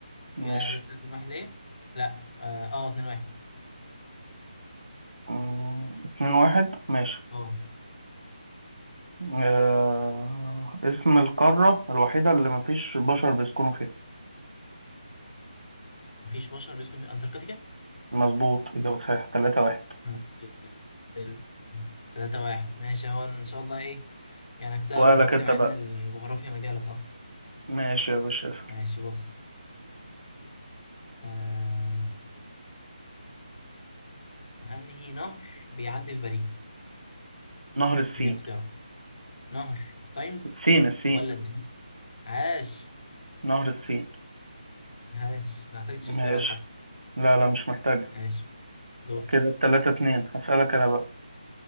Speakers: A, on the right (about 80°); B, on the left (about 50°).
A: ماشي
B: كده لسه اتنين واحد ليه لا اه آه، اتنين واحد
A: مم، اتنين واحد ماشي
B: اه
A: آه... اسم القارة الوحيدة اللي مفيش بشر بيسكنوا فيها
B: مفيش بشر بيسكن في انتاركتيكا
A: مظبوط إجابة صحيحة تلاتة واحد
B: الحمد لله تلاتة واحد ماشي هو إن شاء الله إيه يعني هكسبك
A: سؤالك
B: المرة
A: أنت
B: دي مع
A: بقى
B: إن الجغرافيا مجالك أكتر
A: ماشي يا باشا اسأل
B: ماشي بص آه... أنهي نهر بيعدي في باريس
A: نهر السين
B: أديك اختيارات نهر التايمز
A: السين السين
B: ولا الدانوب عاش
A: نهر السين
B: عاش ما احتاجتش
A: ماشي
B: اختيارات حتى
A: لا لا مش محتاجة
B: ماشي دور
A: كده التلاتة اتنين هسألك أنا بقى